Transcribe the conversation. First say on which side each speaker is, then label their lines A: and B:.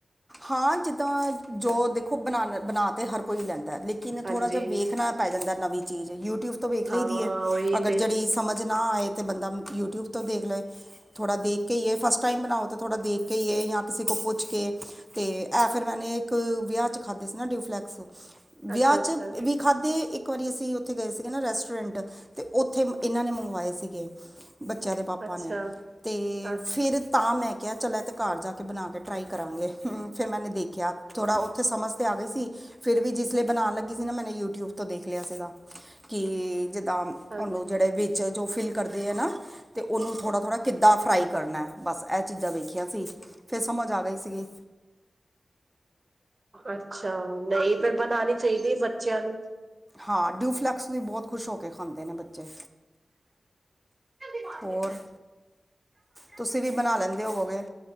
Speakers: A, in the centre; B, on the right.
A: ਹਾਂ ਜਿੱਦਾਂ ਜੋ ਦੇਖੋ ਬਣਾ ਬਣਾ ਤਾਂ ਹਰ ਕੋਈ ਲੈਂਦਾ। ਲੇਕਿਨ
B: ਹਾਂਜੀ
A: ਥੋੜ੍ਹਾ ਜਿਹਾ ਵੇਖਣਾ ਪੈੈ ਜਾਂਦਾ ਨਵੀਂ ਚੀਜ਼ ਯੂਟਿਊਬ ਤੋਂ ਵੇਖ
B: ਹਾਂ
A: ਲਈ ਦੀ ਹੈ
B: ਉਹੀ
A: ਅਗਰ
B: ਤੇ
A: ਜਿਹੜੀ। ਸਮਝ ਨਾ ਆਏ ਅਤੇ ਬੰਦਾ ਯੂਟਿਊਬ ਦੇਖ ਲਏ। ਥੋੜਾ ਦੇਖ ਕੇ ਹੀ ਏ ਫਸਟ ਟਾਈਮ ਬਣਾਓ ਤਾਂ ਥੋੜਾ ਦੇਖ ਕੇ ਜਾਂ ਕਿਸੇ ਕੋ ਪੁੱਛ ਕੇ। ਅਤੇ ਇਹ ਫਿਰ ਮੈਂਨੇ ਇੱਕ ਵਿਆਹ 'ਚ ਖਾਧੇ ਸੀ ਨਾ ਡਿਊਫਲੈਕਸ। ਵਿਆਹ
B: ਅੱਛਾ
A: 'ਚ
B: ਅੱਛਾ।
A: ਵੀ ਖਾਧੇ। ਇੱਕ ਵਾਰੀ ਅਸੀਂ ਉੱਥੇ ਗਏ ਸੀਗੇ ਰੈਸਟੋਰੈਂਟ ਤੇ ਉੱਥੇ ਇਹਨਾਂ ਨੇ ਮੰਗਵਾਏ ਸੀਗੇ। ਬੱਚਿਆਂ ਦੇ ਪਾਪਾ
B: ਅੱਛਾ,
A: ਨੇ ਤੇ
B: ਅੱਛਾ,
A: ਫਿਰ। ਤਾਂ ਮੈਂ ਕਿਹਾ ਚੱਲ ਇਹ ਤਾਂ ਘਰ ਜਾ ਕੇ ਬਣਾ ਕੇ ਟਰਾਈ ਕਰਾਂਗੇ ਫਿਰ ਮੈਨੇ ਦੇਖਿਆ। ਥੋੜ੍ਹਾ ਉੱਥੇ ਸਮਝ ਤੇ ਆ ਗਈ ਸੀ ਫਿਰ ਵੀ ਜਿਸ ਦਿਨ ਬਣਾਣ ਲੱਗੇ। ਸੀ ਨਾ ਮੈਨੇ ਯੂਟਿਊਬ ਤੋਂ ਦੇਖ ਲਿਆ ਸੀਗਾ ਕਿ ਜਿੱਦਾਂ ਉਹਨੂੰ
B: ਅੱਛ
A: ਜਿਹੜੇ ਵੀ। ਵਿੱਚ ਜੋ ਫਿਲ ਕਰਦੇ ਐ ਨਾ ਅਤੇ ਉਹਨੂੰ ਥੋੜ੍ਹਾ-ਥੋੜ੍ਹਾ ਕਿੱਦਾਂ ਫਰਾਈ ਕਰਨਾ। ਬਸ ਇਹ ਚੀਜ਼ਾਂ ਵੇਖੀਆਂ ਸੀ ਫਿਰ ਸਮਝ ਆ ਗਈ ਸੀਗੀ।
B: ਅੱਛਾ ਨਹੀਂ ਫੇਰ ਬਣਾਣੀ ਚਾਹੀਦੀ ਐ ਬੱਚਿਆਂ ਨੂੰ।
A: ਹਾਂ ਡਿਊਫਲੈਕਸ ਵੀ ਬਹੁਤ ਖੁਸ਼ ਹੋ ਕੇ ਖਾਂਦੇ ਨੇ ਬੱਚੇ।
B: <unintelligible>
A: ਹੋਰ ਤੁਸੀਂ ਵੀ ਬਣਾ ਲੈਂਦੇ ਹੋਵੋਗੇ